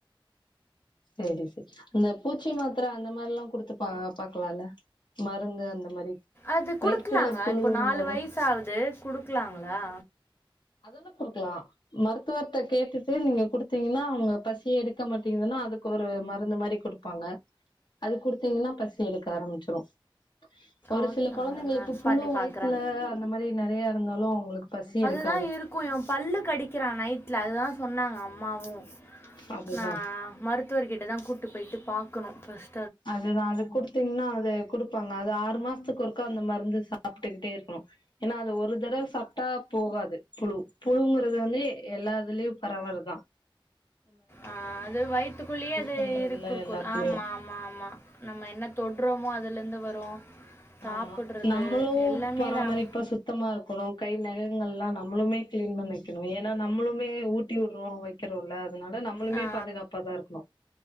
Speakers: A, on the left; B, on the left.
A: செரி செ இந்த பூச்சி மாத்திர அந்த மாரி எல்லாம் குடுத்துப்பான் பாக்கலாம்ல மருந்து அந்த மாரி
B: அது குடுக்கலாங்க
A: வயித்துல புழு
B: இப்போ
A: இருந்தாலு
B: நாலு வயச ஆவுது குடுக்கலாங்களா
A: அதெல்லாம் குடுக்கலாம் மருத்துவத்தை கேட்டுட்டு நீங்க குடுத்தீங்கன்னா அவங்க பசி எடுக்க மாட்டீங்கதுன்னா அதுக்கு ஒரு மருந்து மாரி குடுப்பாங்க அது குடுத்தீங்கன்னா பசி எடுக்க ஆரம்பிச்சிரும் ஒரு
B: ஓகே
A: சில கொழந்தைங்களுக்கு
B: நான்
A: புழு
B: பண்ணி பார்க்குறேன்
A: வயித்துல அந்த மாரி நெறைய இருந்தாலும் அவங்களுக்கு பசி இருக்கு
B: அப்டிதான் இருக்கும் இவ பல்லு கடிக்கிறான் நைட்ல அதுதான் சொன்னாங்க அம்மாவும்
A: அதுதா
B: நான் மருத்துவர்கிட்ட தான் கூட்டு போய் <unintelligible> பாக்கணும் ஃபர்ஸ்
A: அதுதான் அது குடுத்தீங்கன்னா அது குடுப்பாங்க அது ஆறு மாசத்துக்கு ஒருக்க அந்த மருந்து சாப்பிட்டுக்கிட்டே இருக்கணும் ஏன்னா ஆ ஒரு தடவ சாப்பிட்டா போகாது புழு புழுங்கிறது வந்து எல்லா இதுலயும் பரவுறதுதா
B: ஆஹ் அது வயித்துக்குள்ளேயே அது
A: பண்றதுல
B: இருக்கு இருக்கும்
A: எல்லாத்துலயு
B: ஆமா ஆமா ஆமா நம்ம என்ன தொடுறோமோ அதுல இருந்து வரும் சாப்பிடுறது
A: ஆமா நம்மளும்
B: எல்லாமே
A: பராமரிப்பா
B: தான்.
A: சுத்தமா இருக்கணும் கை நகங்கள் எல்லாம் நம்ம நம்மளுமே கிளீன் பண்ண வக்கணும் ஏன்னா நம்மளுமே ஊட்டி விடுறோம் வக்கிறோல அதனால நம்மளுமே
B: ஆ,
A: பாதுகாப்பாதான் இருக்கணும்